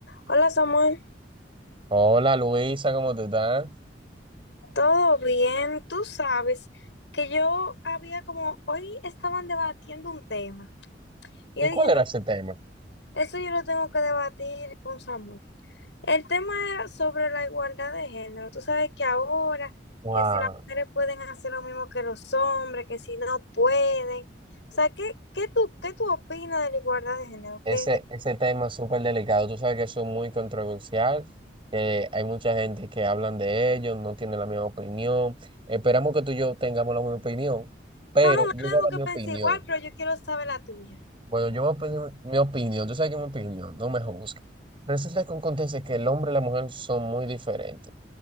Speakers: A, on the left (about 85°); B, on the right (about 30°).
A: Hola Samuel,
B: Hola Luisa, ¿cómo tú estás?
A: ¿todo bien? Tú sabes que yo había como, hoy estaban debatiendo un tema. Y
B: ¿Y
A: yo
B: cuál
A: dije, no,
B: era ese tema?
A: eso yo lo tengo que debatir con Samuel. El tema era sobre la igualdad de género. Tú sabes que ahora,
B: Wow,
A: que si las mujeres pueden hacer lo mismo que los hombres, que si no pueden. O sea, ¿qué, qué tú, qué tú opinas de la igualdad de género?
B: ese,
A: ¿Qué
B: ese tema es súper delicado. Tú sabes que eso es muy controversial, que hay mucha gente que hablan de ello, no tiene la misma opinión. Esperamos que tú y yo tengamos la misma opinión, pero
A: Chama, no
B: yo
A: tenemos
B: voy a dar
A: que
B: mi opinión.
A: pensar igual, pero yo quiero saber la tuya.
B: Bueno, yo voy a pedir mi opinión, tú sabes que es mi opinión, no me juzgues. Resulta que acontece que el hombre y la mujer son muy diferentes.